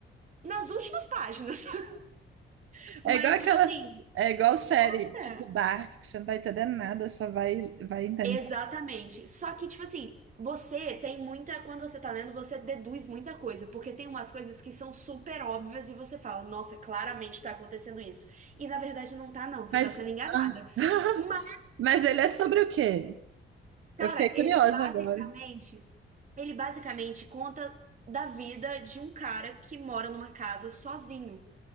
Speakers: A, on the right; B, on the right.
A: nas últimas páginas. <laughs> Mas,
B: É igual aquela.
A: tipo assim,
B: É igual série,
A: é.
B: tipo Dark, que você não tá entendendo nada, só vai, vai entender.
A: Exatamente. Só que, tipo assim, você tem muita. Quando você tá lendo, você deduz muita coisa, porque tem umas coisas que são super óbvias e você fala, nossa, claramente tá acontecendo isso. E na verdade não tá, não. Você
B: Mas.
A: tá sendo enganada.
B: ah, <laughs>
A: Mas,
B: Mas ele é sobre o quê?
A: cara,
B: Eu fiquei curiosa
A: ele basicamente.
B: agora.
A: Ele basicamente conta da vida de um cara que mora numa casa sozinho.